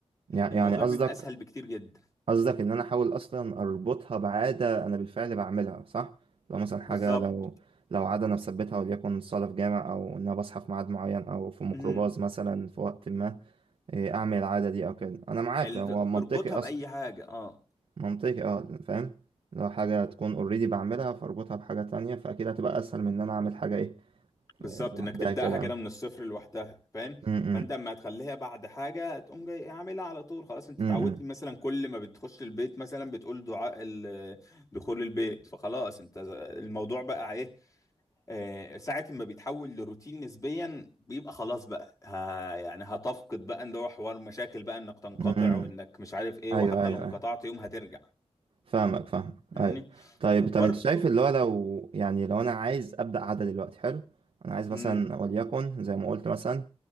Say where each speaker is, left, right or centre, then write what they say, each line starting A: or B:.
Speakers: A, on the right; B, on the left.
A: يع-
B: الموضوع
A: يعني قصدك
B: بيبقى اسهل بكتير جدا
A: قصدك ان انا احاول اصلا اربطها بعاده انا بالفعل بعملها صح لو مثلا حاجه
B: بالظبط
A: لو لو عاده انا مثبتها وليكن صاله في جامع او ان انا بصحى في ميعاد معين او في ميكروباص
B: امم
A: مثلا في وقت ما إيه، اعمل العاده دي او كده انا معاك
B: ال-
A: هو منطقي
B: اربطها
A: اصلا
B: باي حاجه اه
A: منطقي اه فاهم لو حاجه تكون اوريدي بعملها فاربطها بحاجه تانية فاكيد هتبقى اسهل من ان انا اعمل حاجه ايه
B: بالظبط
A: إيه، لوحدها
B: انك تبداها
A: كده
B: كده من الصفر لوحدها فاهم
A: امم
B: فانت اما تخليها بعد حاجه تقوم جاي عاملها على طول خلاص انت
A: امم
B: اتعودت مثلا كل ما بتخش البيت مثلا بتقول دعاء ال- دخول البيت فخلاص انت الموضوع بقى ايه آه، ساعه ما بيتحول لروتين نسبيا بيبقى خلاص بقى ها يعني هتفقد بقى ان هو حوار مشاكل بقى انك تنقطع
A: امم
B: وانك مش عارف ايه
A: ايوه
B: وحتى
A: ايوه
B: لو انقطعت
A: ايوه
B: يوم هترجع
A: فاهمك فاهمك
B: فاهمني
A: ايوه طيب
B: وبرضه
A: طب انت شايف اللي هو لو يعني لو انا عايز ابدا عاده دلوقتي حلو انا عايز
B: إمم،
A: مثلا وليكن زي ما قلت مثلا